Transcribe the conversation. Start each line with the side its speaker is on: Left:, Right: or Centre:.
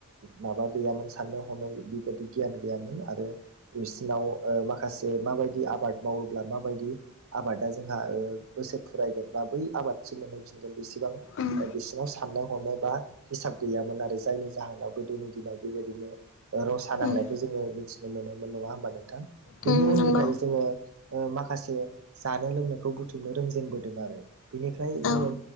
Right: माबा गैयामोन साननो हनो बेबायदि गियान गैयामोन आरो बिसिरनाव माखासे माबायदि आबाद मावोब्ला माबायदि आबादा जोंहा ओ बोसोर फिरायगोन एबा बै आबादसिम मोनहैफिनगोन बेसिबां
Left: उम उम
Right: बिसिना साननाय हनाय बा हिसाब गैयामोन आरो जायनि जाहोनाव गोदोनि दिनाव बेबायदिनो रसा नांनायखौ
Left: उम
Right: जोङो मिथिनो मोनोमोन नङा होमबा नोंथां
Left: नंगौ
Right: बेनि उननिफ्राय जोङो माखासे जानो लोंनोखौ बुथुमनो रोंजेनबोदों आरो बिनिफ्राय
Left: औ
Right: जोङो